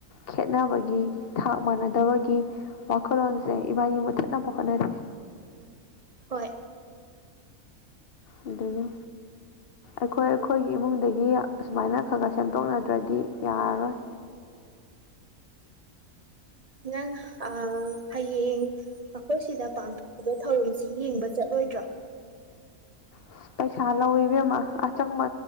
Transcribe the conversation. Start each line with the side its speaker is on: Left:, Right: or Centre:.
Left: ꯈꯦꯠꯅꯕꯒꯤ ꯊꯥꯛ ꯃꯥꯟꯅꯗꯕꯒꯤ ꯋꯥꯈꯜꯂꯣꯟꯁꯦ ꯏꯕꯥꯒꯤ ꯃꯨꯠꯊꯠꯅꯕ ꯍꯣꯠꯅꯁꯩ
Right: ꯍꯣꯏ
Left: ꯑꯗꯨꯗꯒꯤ ꯑꯩꯈꯣꯏ ꯑꯩꯈꯣꯏꯒꯤ ꯏꯃꯨꯡꯗꯒꯤ ꯑꯁꯨꯃꯥꯏꯅ ꯈꯔ ꯈꯔ ꯁꯦꯝꯗꯣꯛꯅꯗ꯭ꯔꯗꯤ ꯌꯥꯔꯔꯣꯏ
Right: ꯅꯪ ꯑ ꯍꯌꯦꯡ ꯑꯩꯈꯣꯏ ꯁꯤꯗ ꯄꯥꯡꯊꯣꯛꯕ ꯊꯧꯔꯝꯁꯤ ꯌꯦꯡꯕ ꯆꯠꯂꯣꯏꯗ꯭ꯔꯥ
Left: ꯑꯁ ꯄꯩꯁꯥ ꯂꯧꯏꯤꯕꯦꯝꯃ ꯑꯆꯪꯕ